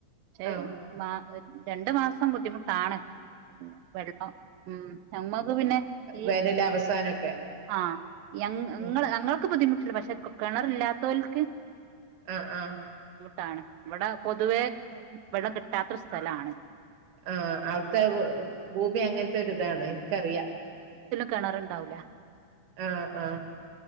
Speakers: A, on the right; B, on the right.
A: പക്ഷെ
B: ആഹ്
A: <inaudible> രണ്ടു മാസം ബുദ്ധിമുട്ടാണ് പിന്നെ വെള്ളം ഉം നമ്മക്ക് പിന്നെ ഈ
B: വേനല് അവസാനൊക്കെ
A: ആ ങ്ങ
B: ഉം
A: ഞങ്ങൾക്ക് ബുദ്ധിമുട്ടില്ല പക്ഷെ കിണറല്ലാത്തോൽക്ക്
B: ആ ആ
A: താണ് ഇവിടെ പൊതുവേ വെള്ളം കിട്ടാത്തൊരു സ്ഥലാണ്
B: ആ അവിടുത്തെ ഭൂമി അങ്ങനത്തെ ഒരിതാണ് എനിക്കറിയാം
A: കിണറുണ്ടാവുല്
B: ആഹ് ആഹ്